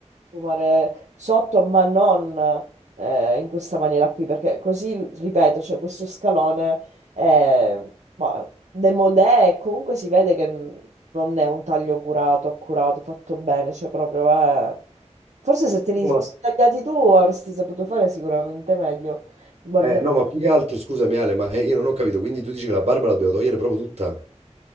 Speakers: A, on the right; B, on the right.
A: fumare sotto, ma non eh, in questa maniera qui, perché così, ripeto, cioè, questo scalone è ma, demodè e comunque si vede che n- non è un taglio curato, accurato, fatto bene, cioè proprio è... Forse se te li
B: No,
A: fossi
B: ma-
A: tagliati tu avresti saputo fare sicuramente meglio. Guardate,
B: eh, no, ma più che altro, scusami Ale, ma eh, io non ho capito. Quindi tu dici che la barba la dobbiamo togliere proprio tutta?